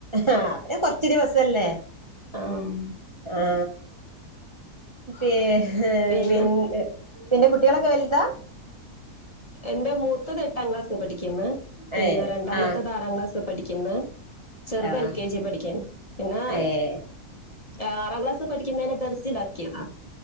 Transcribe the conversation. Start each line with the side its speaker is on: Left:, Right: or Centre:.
Right: ആ അത് കൊറ്ച്ച് ദിവസല്ലേ.
Left: ആഹ്.
Right: ആ പി <unintelligible>
Left: പിന്നെ
Right: പി <unintelligible> പിന്നെ കുട്ടികളൊക്കെ വൽതാ.
Left: എന്റെ മൂത്തത് എട്ടാം ക്ലാസി പഠിക്കുന്നു. പിന്നെ
Right: ഏഹ്
Left: രണ്ടാമത്തത്
Right: ആഹ്
Left: ആറാം ക്ലാസ്സ് പഠിക്കുന്നു. ചെറുത്
Right: ആഹ്
Left: എൽ കെ ജി പഠിക്കാണ് പിന്നെ
Right: ഏഹ്
Left: ആറാം ക്ലാസിൽ പഠിക്കുന്നതിനെ ഭർസിലാക്ക്യെർന്നു.